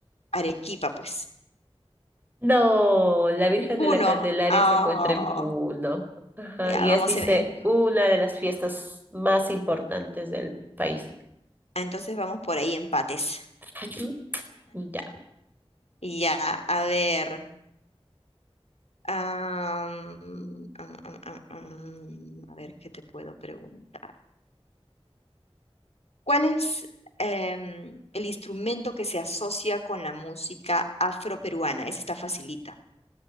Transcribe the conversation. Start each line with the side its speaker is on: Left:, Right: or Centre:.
Left: Arequipa, pues.
Right: No, la Virgen
Left: Uno.
Right: de la Candelaria
Left: ah,
Right: se encuentra en Puno. Ajá,
Left: ya,
Right: y
Left: vamos
Right: es, dice,
Left: en- en-
Right: una de las fiestas más importantes del país.
Left: entonces vamos por ahí empates.
Right: Ujú. Ya.
Left: Y ya, a ver. am, am, am, am, am, a ver qué te puedo preguntar. ¿Cuál es em, el instrumento que se asocia con la música afroperuana? Ese está facilita.